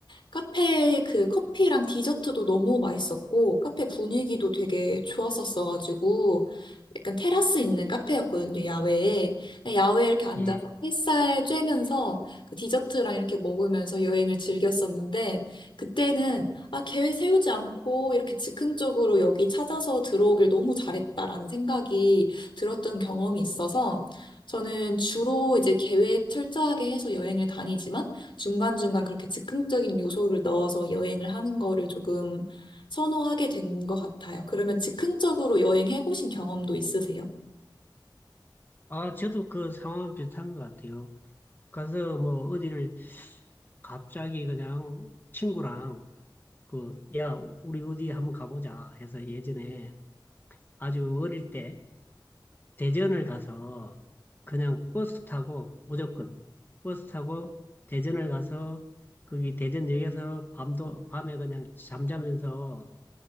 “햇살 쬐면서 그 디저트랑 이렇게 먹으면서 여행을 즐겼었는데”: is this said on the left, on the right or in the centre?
Left